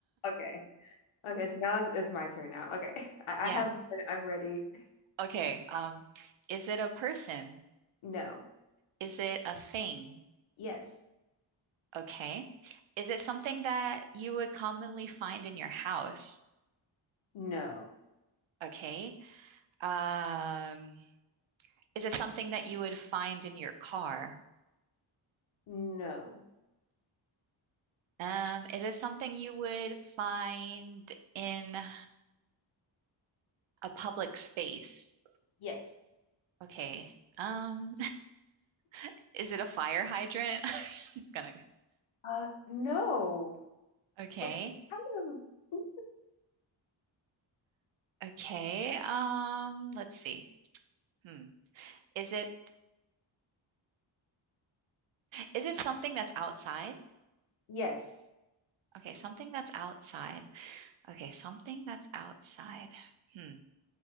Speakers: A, on the left; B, on the right.
A: Okay. Okay, so now it's it's my turn now. Okay. <laughs> I,
B: <laughs> Yeah.
A: I have mine. I'm ready. <laughs>
B: Okay. Um, is it a person?
A: No.
B: Is it a thing?
A: Yes.
B: Okay. Is it something that you would commonly find in your house?
A: No,
B: Okay. Um, is it something that you would find in your car?
A: no,
B: Um, is it something you would find in a public space?
A: Yes.
B: Okay. Um, <laughs> is it a fire hydrant? <laughs> It's gonna.
A: uh, no,
B: Okay.
A: but kind of, mm-hmm.
B: Okay. Um, let's see. Hmm. Is it is it something that's outside?
A: yes,
B: Okay, something that's outside. Okay, something that's outside. Hmm.